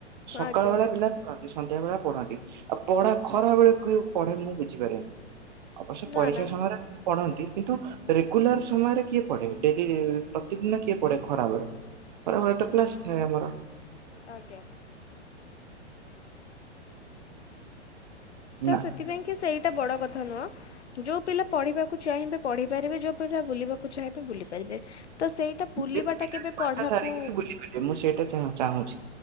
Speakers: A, on the right; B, on the left.
A: ସକାଳ
B: ଆଜ୍ଞା
A: ବଳେ ପିଲା ସନ୍ଧ୍ୟା ବେଳେ ପଢନ୍ତି ଆଉ ପଢା ଖରା ବେଳେ ପଢେ ମୁଁ ବୁଝିପାରେନି। ଅବଶ୍ୟ
B: ନା
A: ପରୀକ୍ଷା
B: ନା
A: ସମୟରେ ପଢନ୍ତି କିନ୍ତୁ ରେଗୁଲାର ସମୟରେ କିଏ ପଢେ ଡେଲି ପ୍ରତିଦିନ କିଏ ପଢେ ଖରାବେଳେ ଆରା ହଳେ ତ କ୍ଲାସ ଏ ଆମର
B: ଆଜ୍ଞା। ତ
A: ନା
B: ସେଥିପାଇଁ କି ସେଇଟା ବଡ କଥା ନୁହଁ ଯୋଉ ପିଲା। ପଢିବାକୁ ଚାହିଁବେ ପଢି ପାରିବେ ଯୋଉଭଳିା ବୁଲିବାକୁ ଚାହିଁବେ ବୁଲି ପାରିବେ ତ ସେଇଟା ବୁଲିବାଟା
A: ରିକି
B: କେବେ ପଢ଼ାକୁ
A: ବୁଝପାରିବେ ମୁଁ ସେଇଟା ଚାହୁଁଛି